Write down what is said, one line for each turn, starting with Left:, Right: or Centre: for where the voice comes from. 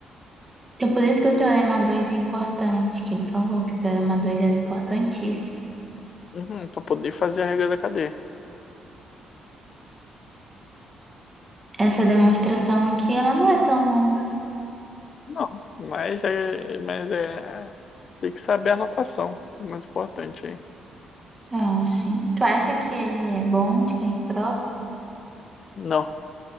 Right: então por isso que o teorema 2 é importante, que ele falou que o teorema 2 era importantíssimo.
Left: Uhum, para poder fazer a regra da cadeia.
Right: Essa demonstração aqui, ela não é tão longa,
Left: Não, mas é, mas é Tem que saber a anotação, o mais importante aí.
Right: Ah, sim. Tu acha que ele é bom de cair em prova?
Left: Não,